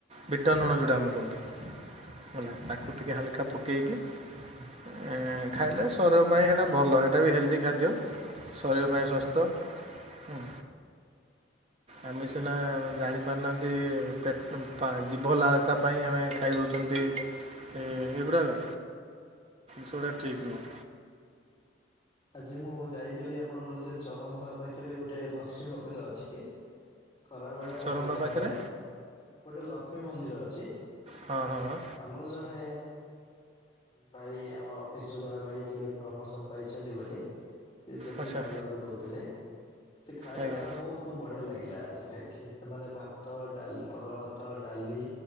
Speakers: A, on the right; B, on the left.
A: ବିଟନୁଣ ଯୋଉଟା
B: ଆଜ୍ଞା।
A: ଆମେ କୁହନ୍ତି ହେଲା ତାକୁ ଟିକେ ହାଲକା ପକେଇକି ଏ ଖାଇଲେ ଶରୀର ପାଇଁ ସେଇଟା ଭଲ ସେଇଟା ବି ହେଲ୍ଦି ଖାଦ୍ୟ ଶରୀର ପାଇଁ। ବ୍ୟସ୍ତ ହୁଁ ଆମେ ସିନା ଜାଣି ପାରୁନାହାନ୍ତି। ଏ ପେ-ପା-ଜୀଭ ଲାଳସା ପାଇଁ ଆମେ ଖାଇଦଉଛନ୍ତି। ଏ ଏଗୁଡାକ ସେଗୁଡା ଠିକ୍ ନୁହଁ।
B: ଆଜି ମୁଁ ଯାଇଥିଲି ଆପଣଙ୍କର ସେ ଚରମ୍ପା ପାଖରେ ଗୋଟେ ଲକ୍ଷ୍ମୀ ମନ୍ଦିର ଅଛି। ଖରାବେେଳେ
A: ଚରମ୍ପା
B: ଆମର ଜଣେ
A: ପାଖରେ
B: ଗୋଟେ ଲକ୍ଷ୍ମୀ ମନ୍ଦିର ଅଛି।
A: ହଁ ହଁ ହଁ।
B: ଆମର ଜଣେ ଭାଇ ଆମ ଅଫିସର ଜଣେ ଭାଇ ସେ ପ୍ରମୋସନ ପାଇଛି। ସେନ୍ତି ବୋଲି ସେ ସେଠି
A: ଆଚ୍ଛା
B: ଖାଇବାକୁ ଦଉଥିଲେ। ସେ ଖାଇବା
A: ଆଜ୍ଞା
B: ବହୁତ ତୁ ବଢିଆ ଲାଗିଲା ଆଜି ଖାଇଥିଲି। ସେମାନେ ଭାତ ଡାଲି ଅରୁଆ ଭାତ ଡାଲି